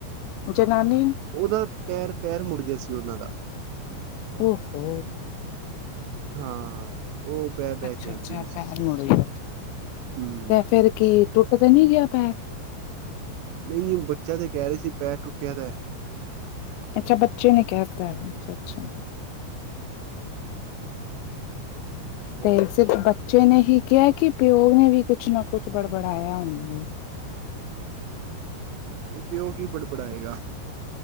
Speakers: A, on the left (about 80°); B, on the right (about 80°).
A: ਜਨਾਨੀ
B: ਉਹਦਾ ਪੈਰ ਪੈਰ ਮੁੜ ਗਿਆ ਸੀ ਉਹਨਾਂ ਦਾ।
A: ਓ ਹੋ।
B: ਹਾਂ ਉਹ ਬਹਿ ਬਹਿ
A: ਅੱਛਾ
B: ਕੇ ਆਉਂਦੀ
A: ਅੱਛਾ
B: ਵੀ ਸੀ
A: ਪੈਰ ਮੁੜ ਗਿਆ।
B: ਹੂੰ
A: ਤੇ ਫੇਰ ਕੀ ਟੁੱਟ ਤੇ ਨੀ ਗਿਆ ਪੈਰ?
B: ਨਹੀਂ ਬੱਚਾ ਤੇ ਕਹਿ ਰਹੇ ਸੀ ਪੈਰ ਟੁੱਟਿਆ ਤਾਂ
A: ਅੱਛਾ ਬੱਚੇ ਨੇ ਕਹਿਤਾ ਹੈ ਅੱਛਾ ਅੱਛਾ।
B: ਹੋਰ
A: ਤੇ ਸਿਰਫ ਬੱਚੇ <unintelligible> ਬੱਚੇ ਨੇ ਹੀ ਕਿਹਾ ਕਿ ਪਿਓ ਨੇ ਵੀ ਕੁਛ ਨਾ ਕੁਛ ਬੜਬੜਾਇਆ ਉਹਨਾਂ ਨੇ।
B: ਪਿਉ ਕੀ ਬੜਬੜਾਏਗਾ।